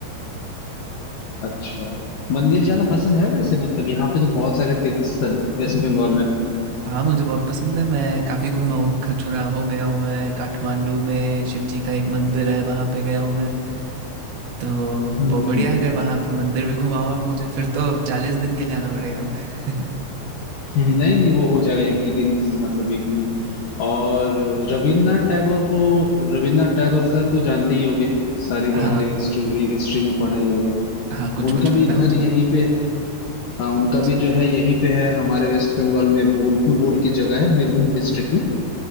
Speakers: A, on the left (about 65°); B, on the right (about 80°).
A: अच्छा मंदिर जाना पसंद है वैसे मतलब यहाँ पे तो बहुत सारे तीर्थ स्थल है वेस्ट बंगाल में
B: हाँ मुझे बहुत पसंद है मैं काफ़ी घूमा हूँ खजुराहो गया हूँ मैं काठमांडू में शिव जी का एक मंदिर है वहाँ पे गया हूँ मैं तो
A: हम्म
B: बहुत बढ़िया है अगर वहाँ पे मंदिर भी घुमाओ आप मुझे फिर तो चालीस दिन के लिए आना पड़ेगा अब <laughs>
A: नहीं नहीं वो हो जाएगा एक ही दिन मतलब एक दिन और रविन्द्रनाथ टैगोर को रविन्द्रनाथ टैगोर का तो जानते ही होंगे सारी बातें
B: हाँ
A: स्टोरी हिस्ट्री में पढ़ा ही होगा
B: हाँ कुछ
A: उनका
B: कुछ पता
A: भी घर
B: है मुझे
A: यहीं पे हाँ उनका
B: अच्छा
A: भी जो है यहीं पे है हमारे वेस्ट बंगाल में बोलपुर बोल के जगह है बीरभूम डिस्ट्रिक्ट में